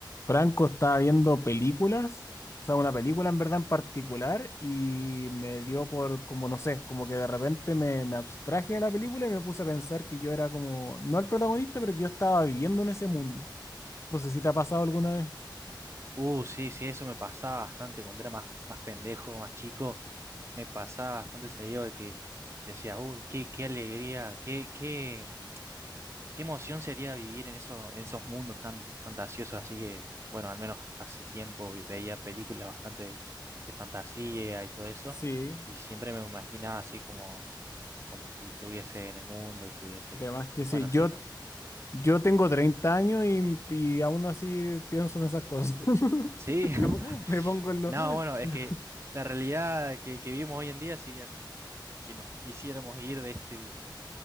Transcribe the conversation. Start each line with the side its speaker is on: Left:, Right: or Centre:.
Left: Franco estaba viendo películas, o sea, una película en verdad en particular, y me dio por, como no sé, como que de repente me, me abstraje de la película y me puse a pensar que yo era como, no el protagonista, pero que yo estaba viviendo en ese mundo. No sé si te ha pasado alguna vez.
Right: Uh, sí, sí, eso me pasaba bastante cuando era más, más pendejo, más chico. Me pasaba bastante seguido de que decía, uh, qué, qué alegría, qué, qué, qué emoción sería vivir en eso, en esos mundos tan fantasiosos. Así que, bueno, al menos hace tiempo ve- veía películas bastante de, fantasía y todo eso.
Left: Sí,
Right: Y siempre me imaginaba así como, como si estuviese en el mundo y pudiese.
Left: de más que sí.
Right: Bueno, sí,
Left: Yo,
Right: ¿no?
Left: yo tengo 30 años y, y aún así pienso en esas cosas. <laughs>
Right: Sí, <laughs>
Left: Me, po- me pongo en lo...
Right: No,
Left: en
Right: bueno, es
Left: lo-
Right: que la realidad que, que vivimos hoy en día sí hace que, que nos quisiéramos ir de este, de